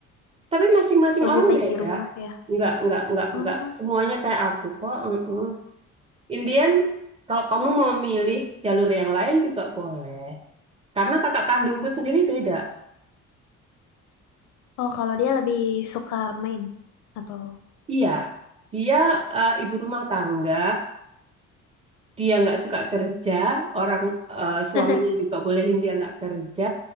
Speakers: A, on the right; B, on the left.
A: Tapi masing-masing
B: lebih
A: orang
B: baik
A: beda.
B: di rumah ya
A: Nggak, nggak, nggak,
B: Hmm,
A: nggak. Semuanya kayak aku kok. mm Indian, kalau kamu mau milih jalur yang lain juga boleh. Karena kakak kandungku
B: hmm.
A: sendiri beda.
B: oh kalau dia lebih suka main atau
A: Iya, dia eh, ibu rumah tangga. dia nggak suka kerja, orang eh, suaminya
B: <laughs>
A: juga bolehin dia nggak kerja,